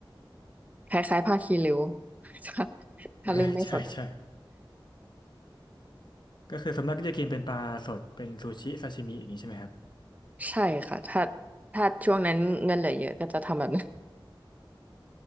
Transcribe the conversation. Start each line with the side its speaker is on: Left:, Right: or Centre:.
Right: คล้ายๆผ้าคีริ้วถ้าถ้าลืมไม่สด
Left: <laughs> ใช่ใช่ก็คือส่วนมากก็จะกินเป็นปลาสดเป็นซูชิซาชิมิอย่างนี้ใช่ไหมครับ
Right: ใช่ค่ะถ้าถ้าช่วงนั้นเงินเหลือเยอะก็จะทำแบบนั้น